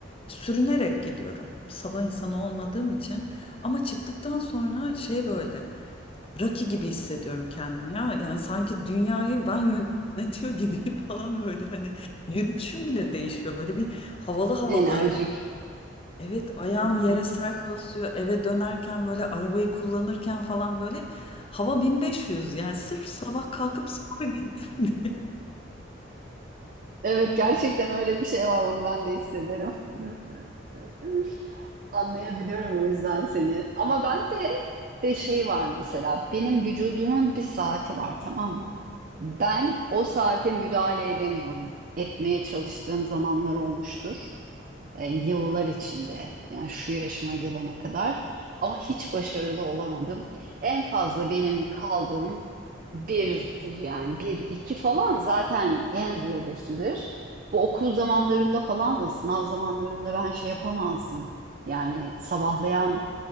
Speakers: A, on the left; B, on the right.
A: Sürünerek gidiyorum. Sabah insanı olmadığım için. Ama çıktıktan sonra şey böyle Rocky gibi hissediyorum kendimi ya. Yani sanki dünyayı ben yönetiyor gibi <laughs> falan böyle hani yürüyüşüm bile değişiyor. Böyle bir havalı havalı.
B: Enerjik.
A: Evet ayağım
B: <laughs>
A: yere sert basıyor. Eve dönerken böyle arabayı kullanırken falan böyle hava 1500. Yani sırf sabah kalkıp spora gittim <laughs>
B: Evet gerçekten öyle bir şey var onu ben de hissederim. <laughs> Anlayabiliyorum o yüzden seni. Ama ben de de şey var mesela. Benim vücudumun bir saati var tamam mı? Ben o saate müdahale edemiyorum. Etmeye çalıştığım zamanlar olmuştur e, yıllar içinde yani şu yaşıma gelene kadar ama hiç başarılı olamadım. En fazla benim kaldığım birdir yani bir iki falan zaten en zirvesidir. Bu okul zamanlarında falan da sınav zamanlarında ben şey yapamazdım. Yani sabahlayan